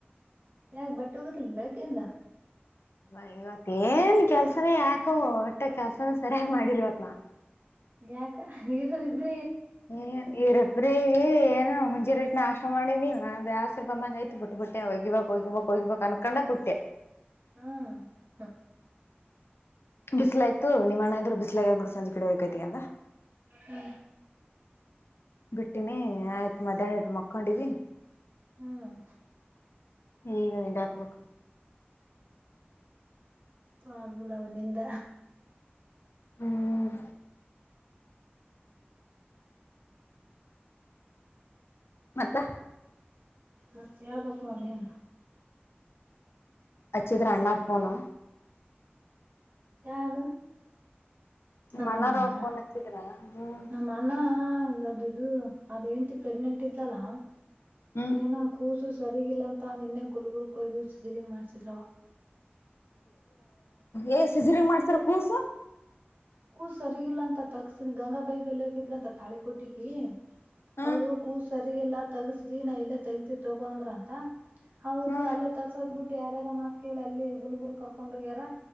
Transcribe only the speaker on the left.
ಬ ಇವತ್ ಏನ್ ಕೆಲ್ಸನೇ ಯಾಕ ಒಟ್ಟ ಕೆಲ್ಸನ ಸರಿಯಾಗಿ ಮಾಡಿಲ್ ಇವತ್ ನಾ
ಹ್ಮ ಇರು ಬ್ರ ಇ ಏನು ಮುಂಜೆ ಇಟ್ಟ ಆಶ್ರ ಮಾಡಿ ನೀವ ದೇಸ್ರು ಬಂದಂಗ ಐತ್ು ಬಿಟ್ಬ ಬಿಟ್ಟೆ ಹೋಗಿಬೇಕಕ್ ಹೋಗಿಬಕ್ ಹ ಕಣಕೊಂಡ ಪುಟ್ಟ್ಯ
ಬಿಸ್ಲಾಯ್ತು ನಿಮ್ಮ ಅಣ್ಣ ಇದ್ ಬ್ಲ ಆಬಟ್ಟು ಸಂಜೆ ಕಡೆ ಹೋಗೇಕಾಯ್ತಿ ಈಗ
ಬಿಟ್ಟಿನಿ ಆಯ್ತು ಮಧ್ಯಾಹ್ನ ಇಟ್ಟು ಮಕ್ಕೊಂಡಿದಿವಿ
ಹಏ ವಂಡಾಕ್ಬೇಕಕು
ಹ್ಮ್ ಮತ್ತ
ಹಚ್ಚಿದ್ರಾ ಅಣ್ಣ ಫೋನ್
ನಿಮ್ಮ
ಅಣ್ಣಾರ
ಅವ್ರ ಫೋನ್ ಹಚ್ಚಿದ್ರ ಹ್ಮ್
ಹ್ಮ್
ಏ ಸಜರಿಂಗ್ ಮಾಡ್ಸಾರ ಕೂಸು
ಹ್ಮ್
ಹ್ಮ್